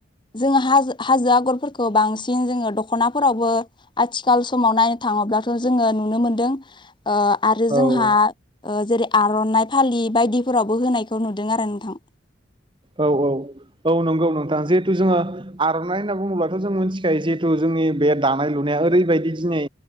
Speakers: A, on the left; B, on the right.
A: जोङो हाजो हाजो आगरफोरखौ बांसिन जोङो दख'नाफोरावबो आथिखाल समाव नायनो थाङोब्लाथ' जोङो नुनो मोनदों। ओ आरो जोंहा
B: औ
A: जेरै आर'नाइ फालि बायदिफोरावबो होनायखौ नुदों आरो नोंथां।
B: औ औ औ नंगौ नोंथां जिहेथु जोङो आर'नाइ होनना बुङोब्लाथ' जों मिथिखायो जिहेथु जोंनि बे दानाय लुनाया ओरैबायदि दिनै